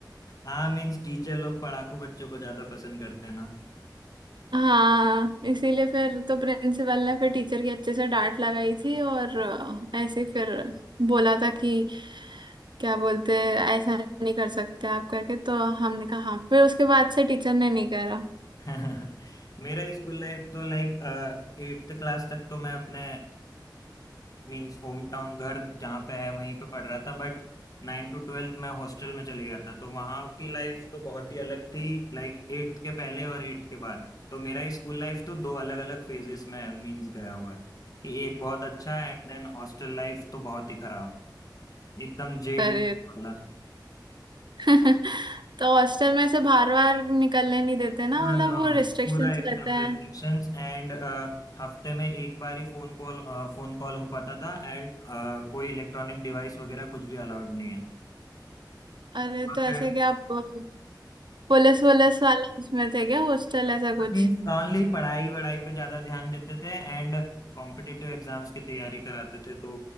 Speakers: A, on the left; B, on the right.
A: हाँ मीन्स टीचर लोग पढ़ाकू बच्चों को ज्यादा पसंद करते हैं ना
B: हाँ इसीलिए फिर तो प्रिंसिपल ने फिर टीचर की अच्छे से डांट लगाई थी और अ, ऐसे ही फिर बोला था कि क्या बोलते ऐसा नहीं कर सकते आप करके तो हमने कहा हाँ फिर उसके बाद से टीचर ने नहीं करा
A: <laughs> मेरा स्कूल लाइफ तो लाइक एट्थ क्लास तक तो मैं अपने मीन्स होम टाउन घर जहाँ पे है वहीं पे पढ़ रहा था बट नाइन टू ट्वेल्थ मैं हॉस्टल में चले गया था तो वहाँ की लाइफ तो बहुत ही अलग थी लाइक एट्थ के पहले और एट्थ के बाद तो मेरा स्कूल लाइफ तो दो अलग अलग फेजेस में मीन्स गया हुआ है कि एक बहुत अच्छा है एंड देन हॉस्टल लाइफ तो बहुत ही खराब एकदम जेल
B: अरे
A: वाला
B: <laughs> तो हॉस्टल में से बाहर बाहर निकलने नहीं देते ना
A: नो
B: मतलब
A: नो
B: वो रिस्ट्रिक्शंस
A: पूरा एकदम
B: रहते हैं
A: रेस्ट्रिक्शंस एंड हफ्ते में एक बार ही फोन कॉल फोन कॉल हो पाता था एंड कोई इलेक्ट्रॉनिक डिवाइस वगैरह कुछ भी अलाउड नहीं
B: अरे तो ऐसे
A: है
B: क्या आप पुलिस वुलिस वाले उसमें थे क्या हॉस्टल ऐसा कुछ
A: मीन्स ओनली पढ़ाई वढ़ाई पे ज्यादा ध्यान देते थे एंड कॉम्पिटिटिव एग्जाम्स की तैयारी कराते थे तो